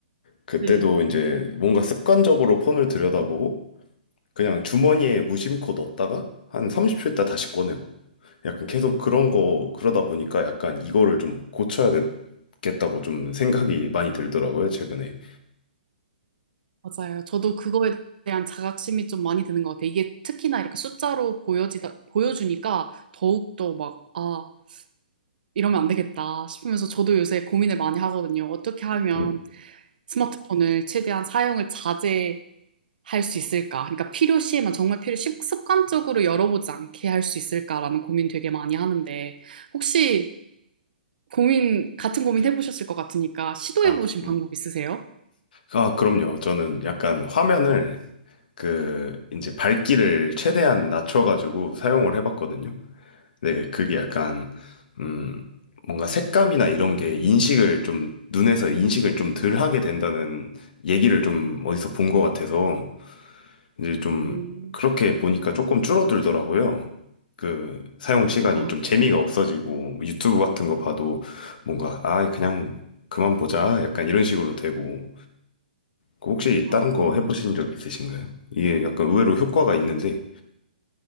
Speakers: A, on the left; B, on the right.
A: 그때도
B: 네.
A: 이제 뭔가 습관적으로 폰을 들여다보고 그냥 주머니에 무심코 넣었다가 한 30초 있다 다시 꺼내고 약간 계속 그런 거 그러다 보니까 약간 이거를 좀 고쳐야 되겠다고 좀 생각이 많이 들더라고요, 최근에.
B: 맞아요. 저도 그거에 대한 자각심이 좀 많이 드는 것 같아요. 이게 특히나 이렇게 숫자로 보여지다, 보여주니까 더욱더 막, 아, 이러면 안 되겠다 싶으면서 저도 요새 고민을 많이 하거든요. 어떻게 하면
A: 음.
B: 스마트폰을 최대한 사용을 자제할 수 있을까? 그러니까 필요시에만 정말 필요, 식- 습관적으로 열어보지 않게 할 수 있을까라는 고민 되게 많이 하는데, 혹시 고민, 같은 고민 해보셨을 것 같으니까 시도해보신
A: 아,
B: 방법
A: 음.
B: 있으세요?
A: 아, 그럼요. 저는 약간 화면을 그 이제 밝기를 최대한 낮춰가지고 사용을 해봤거든요. 네, 그게 약간 음 뭔가 색감이나 이런 게 인식을 좀 눈에서 인식을 좀 덜 하게 된다는 얘기를 좀 어디서 본 것 같아서 이제 좀
B: 음.
A: 그렇게 보니까 조금 줄어들더라고요. 그 사용 시간이
B: 아,
A: 좀 재미가 없어지고 뭐 유튜브 같은 거 봐도 뭔가 아 그냥 그만 보자 약간 이런 식으로 되고 그 혹시
B: 아,
A: 다른 거 해보신 적 있으신가요? 이게 약간 의외로 효과가 있는데